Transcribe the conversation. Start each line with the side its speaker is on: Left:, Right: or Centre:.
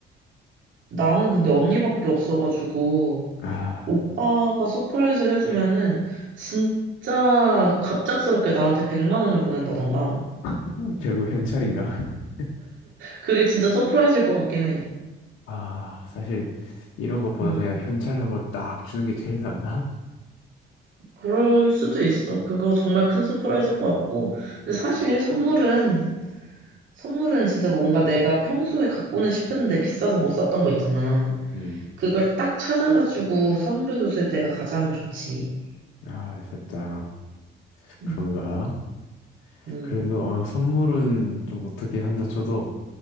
Right: 나는 근데 언니밖에 없어가지고
Left: 아,
Right: 오빠가 서프라이즈를 해주면은 진짜 갑작스럽게 나한테 100만 원을 보낸다던가.
Left: <laughs> 결국 현찰인가? <laughs>
Right: 그게 진짜 서프라이즈일 것 같긴 해.
Left: 아, 사실 이런 것보다
Right: 응.
Left: 그냥 현찰 한번 딱 주는 게 제일 낫나?
Right: 그럴 수도 있어. 그거 정말 큰 서프라이즈일 것 같고. 근데 사실 선물은 선물은 진짜 뭔가 내가 평소에 갖고는 싶은데 비싸서 못 샀던 거 있잖아.
Left: 음,
Right: 그걸 딱 찾아가지고 선물해줬을 때가 가장 좋지.
Left: 아, 살짝
Right: 응,
Left: 그런가?
Right: 응,
Left: 그래도 어, 선물은 좀 어떻게 한다 쳐도